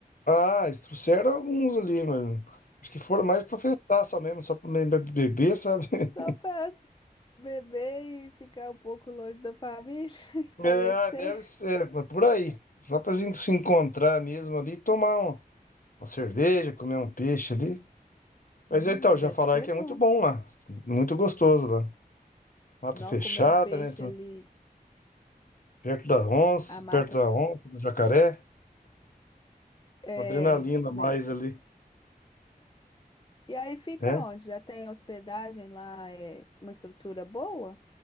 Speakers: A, on the left (about 60°); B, on the left (about 30°).
A: Ah, eles trouxeram alguns ali, mano. Acho que foram mais pra festar só mesmo, só pra me- be- beber, sabe? <laughs>
B: Só para beber e ficar um pouco longe da família, <laughs> espairecer.
A: É, deve ser, mas por aí. Só pra gente se encontrar mesmo ali, tomar um- uma cerveja, comer um peixe ali. Mas
B: Hum,
A: é, então,
B: mas
A: já
B: deve
A: falaram
B: ser
A: que
B: bom.
A: é muito bom lá. Muito gostoso lá. Mata
B: Não
A: fechada,
B: comer um peixe
A: né?
B: ali,
A: Perto da onça,
B: a mata.
A: perto da onça, do jacaré.
B: É.
A: Uma adrenalina
B: me-
A: a mais ali,
B: E aí fica
A: né?
B: onde? Já tem hospedagem lá, é uma estrutura boa?